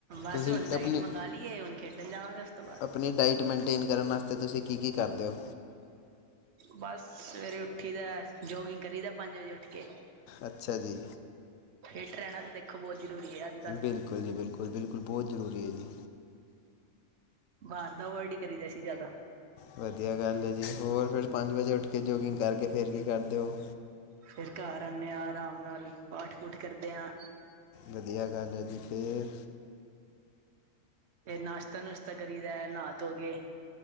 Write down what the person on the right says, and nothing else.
ਬਸ
ਹੁਣ ਡਾਇਟ
ਮੰਗਾਂ ਲਈ ਏ ਹੁਣ ਖੇਡਣ ਜਾਵਾਂਗੇ। ਤੋਂ ਬਾਅਦ
ਬਸ ਸਵੇਰੇ ਉੱਠੀ ਦਾ ਜੋਗਿੰਗ ਕਰੀ ਦਾ ਪੰਜ ਵਜੇ ਉੱਠ ਕੇ।
ਇਹ ਟਰੈਨਾਂ ਤੇ ਦੇਖੋ ਬਹੁਤ। ਜ਼ਰੂਰੀ ਹੈ ਅੱਜ ਕੱਲ
ਬਾਹਰ ਦਾ ਅਵੋਇਡ ਹੀ ਕਰੀ ਦਾ ਸੀ ਜ਼ਿਆਦਾ।
ਫਿਰ ਘਰ ਆਉਂਦੇ ਹਾਂ, ਆਰਾਮ ਨਾਲ ਪਾਠ ਪੂਠ ਕਰਦੇ ਹਾਂ।
ਫਿਰ ਨਾਸ਼ਤਾ ਨੁਸ਼ਤਾ ਕਰੀਦਾ ਨਹਾ ਧੋ ਕੇ।